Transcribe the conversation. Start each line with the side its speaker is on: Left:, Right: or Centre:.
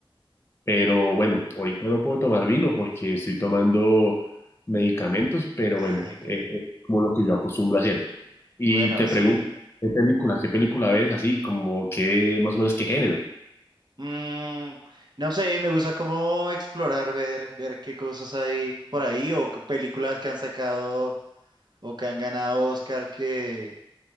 Left: Pero
Right: claro.
Left: bueno, ahorita no puedo tomar vino porque estoy tomando medicamentos, pero
Right: Ay,
Left: bueno,
Right: qué
Left: eh, es como lo que yo acostumbro a hacer. Y
Right: bueno,
Left: te
Right: sí.
Left: pregunto, ¿qué película, qué película ves así, como qué, más o menos qué género?
Right: Mm, no sé, me gusta como explorar, ver, ver qué cosas hay por ahí o qué películas que han sacado o que han ganado Oscar que,